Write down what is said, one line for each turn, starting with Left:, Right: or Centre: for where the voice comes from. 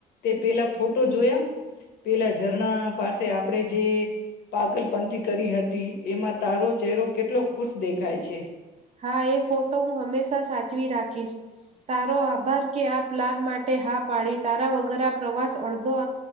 Left: પેલા ફોટો જોયા, પેલા ઝરણા પાસે આપડે જે, પાગલપંથી કરી હતી એમાં તારો ચહેરો કેટલો ખુશ દેખાય છે.
Right: હા એ ફોટો હું હંમેશા સાચવી રાખી તારો આભાર કે આ પ્લાન માટે હા પાડી તારા વગર આ પ્રવાસ અડધો,